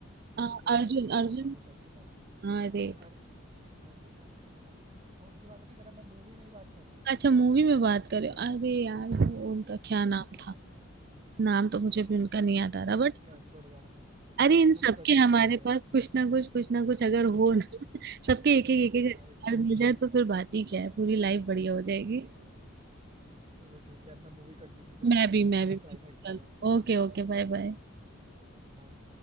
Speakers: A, on the right; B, on the right.
A: तो
B: अ,
A: सोचो अगर
B: अर्जुन
A: वो
B: अर्जुन
A: धनुष आपके पास हो
B: हाँ, अरे
A: अर्जुन अर्जुन नाम थोड़ी था और उनकी बात नहीं कर रहा मैं मूवी में ही बात कर रहा हूँ
B: अच्छा मूवी में बात करें अरे यार वो उनका क्या
A: मुझे
B: नाम था
A: नाम नहीं याद है उसका।
B: नाम तो मुझे भी उनका नहीं याद आ रहा
A: <laughs>
B: बट
A: खैर छोड़ जाने दो
B: अरे इन
A: मूवी
B: सबके
A: कंटिन्यू
B: हमारे
A: करते हैं
B: पास कुछ ना कुछ कुछ ना कुछ अगर हो ना सबके एक एक एक एक
A: हाँ
B: हथियार
A: एग्जैक्टली
B: मिल जाए तो फिर बात ही क्या है पूरी लाइफ बढ़िया हो जाएगी
A: वो तो है चलो ठीक है यार मैं मूवी कंटिन्यू करूँ
B: मैं भी मैं
A: मेरा
B: भी
A: क्लाइमैक्स जा रहा
B: Okay okay bye bye
A: है Okay bye